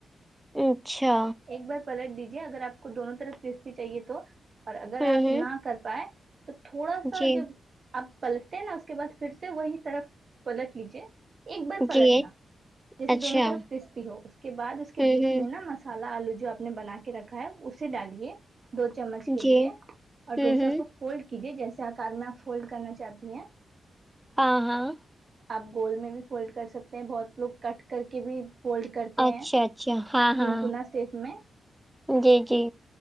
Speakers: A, in the centre; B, on the right (about 45°).
A: اچھا
B: ایک بار پلٹ دیجیے اگر آپ کو دونوں طرف کرسپی چاہیے تو اور اگر
A: ہوں
B: آپ
A: ہوں
B: نہ کر پائے تو تھوڑا سا
A: جی
B: جب آپ پلٹتے ہیں نا اس کے بعد پھر سے وہی طرف پلٹ لیجیے ایک بار پلٹنا
A: جی
B: جیسے
A: اچھا
B: دونوں طرف
A: ہوں
B: کرسپی ہو اس کے بعد اس کے
A: ہوں
B: بیچ میں نا مسالا آلو جو آپ نے بنا کے رکھا ہے اسے ڈالیے دو چمچ کے
A: جی
B: لیے اور
A: ہوں
B: ڈوسا
A: ہوں
B: کو فولڈ کیجیے جیسے آکار میں آپ فولڈ کرنا چاہتی ہیں
A: ہاں ہاں
B: آپ گول میں بھی فولڈ کر سکتے ہیں بہت لوگ کٹ کر کے بھی فولڈ کرتے
A: اچھا
B: ہیں
A: اچھا ہاں
B: تنکنا
A: ہاں
B: اسٹیٹ میں
A: جی جی